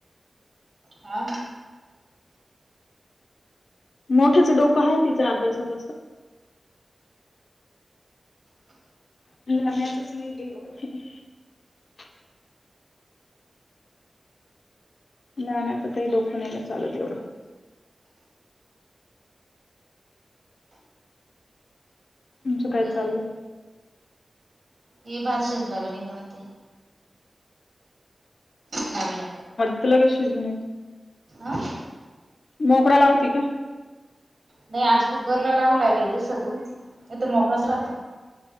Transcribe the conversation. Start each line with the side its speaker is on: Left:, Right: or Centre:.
Right: हा
Left: मोठ्याच डोकं हाये, तिच्या अभ्यासत अस. <unintelligible> नाही नाही आता काही डोकं नाहीना चालत येवढं. तुमचं
Right: बर
Left: काय चाललंय.
Right: ये भात शिजला का नाही पाहते. लागला का?
Left: <unintelligible> लगेच शिजुन येतं.
Right: हा
Left: मोकळा लावती का?
Right: नाही आज कुकरला लावला य लय दिवसातून नही तर मोकळाच राहतो.